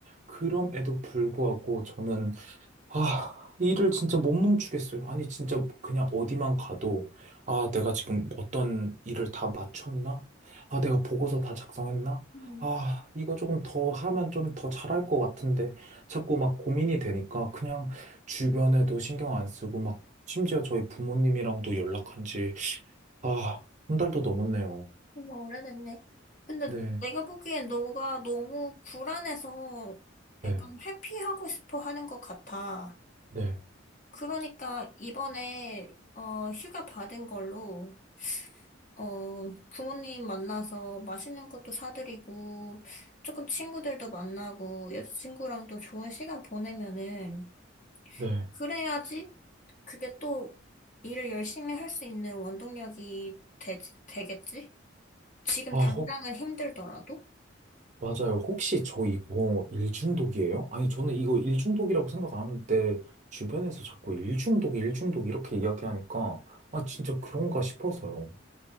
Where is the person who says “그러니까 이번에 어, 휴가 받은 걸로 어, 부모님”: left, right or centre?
Left